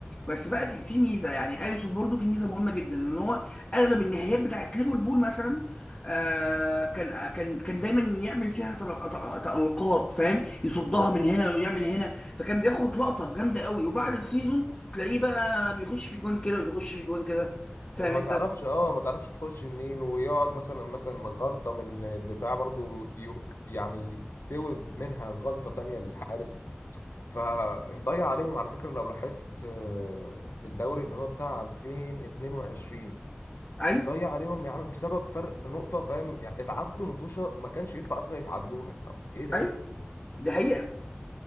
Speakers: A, on the left; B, on the left.
A: بس بقى في في ميزه يعني اليسون برضو في ميزه مهمه جدا ان هو اغلب النهايات بتاعت ليفربول مثلا آه كان آه، كان كان دايما يعمل فيها تل- ت- تألقات فاهم يصدها
B: بالظبط
A: من هنا ويعمل هنا فكان بياخد لقطه جامده قوي وبعد
B: مم.
A: السيزون تلاقيه بقى بيخش في جوان كده وبيخش في جوان كده فاهم
B: وما
A: انت
B: تعرفش اه ما تعرفش تخش منين ويقعد مثلا مثلا غلطة من الدفاع برضو يو يعني تولد منها غلطة تانية للحارس فضيع عليهم على فكرة لو لاحظت آه، الدوري اللي هو بتاع 2022
A: ايوه
B: ضيع عليهم يا عم بسبب فرق نقطة فاهم يعني اتعادلوا متوشة ما كانش ينفع اصلا يتعادلوها طب ايه ده
A: ايوه دي حقيقه